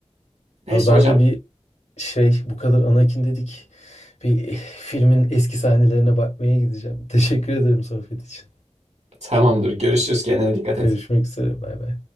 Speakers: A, on the right; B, on the left.
A: Neyse
B: Abi ben
A: hocam.
B: de bir Şey bu kadar Anakin dedik. Bir filmin eski sahnelerine bakmaya gideceğim. <laughs> Teşekkür ederim sohbet için.
A: Tamamdır. Görüşürüz. Kendine dikkat et.
B: Görüşmek üzere. Bay bay.